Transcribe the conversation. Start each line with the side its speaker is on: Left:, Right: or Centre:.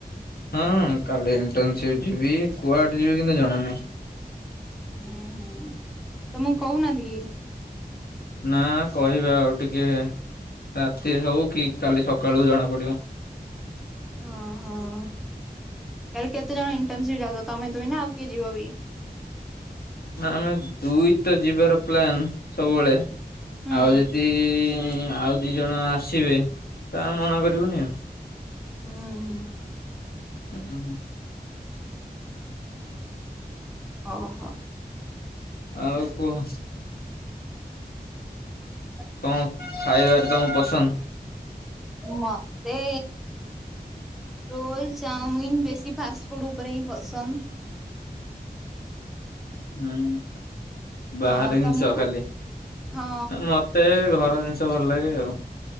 Left: ହଁ କାଲି ଇଣ୍ଟନସିପ୍ ଯିବି। କୁଆଡେ ଯିବି କିନ୍ତୁ ଜଣା ନାହିଁ।
Centre: ହୁଁ ହୁଁ ତମକୁ କହୁ ନାହାନ୍ତି କି?
Left: ନା କହିବେ ଆଉ ଟିକେ ରାତି ହଉ। କି କାଲି ସକାଳୁ ଜଣା ପଡିବ।
Centre: ଓହୋ ତାହେଲେ କେତେ ଜଣ ଇଣ୍ଟର୍ନସିପ ଯାଉଛ? ତମେ ଦୁଇ ନା ଆଉ କିଏ ଯିବ ବି?
Left: ନା ଆମେ ଦୁଇ ତ ଯିବାର ପ୍ଲାନ ସବୁବେଳେ।
Centre: ହୁଁ
Left: ଆଉ ଯଦି ଆଉ ଦି ଜଣ ଆସିବେ ତ ଆମେ ମନା କରିବୁନି ଆଉ।
Centre: ଉଁ ହୁଁ।
Left: ଉଁ ହୁଁ।
Centre: ଓହୋ।
Left: ଆଉ କୁହ।
Centre: ଆସ୍
Left: କଣ ଖାଇବାରେ ତମକୁ ପସନ୍ଦ?
Centre: ମତେ ରୋଲ, ଚାଉମିିନ ବେଶୀ ଫାଷ୍ଟ ଫୁଡ ଉପରେ ହିଁ ପସନ୍ଦ।
Left: ହୁଁ
Centre: ହଁ
Left: ବାହାରେ ଜିନିଷ
Centre: ତମକୁ?
Left: ଖାଲି।
Centre: ହଁ
Left: ମ ମତେ ଘର ଜିନିଷ ଭଲ ଲାଗେ ଆଉ।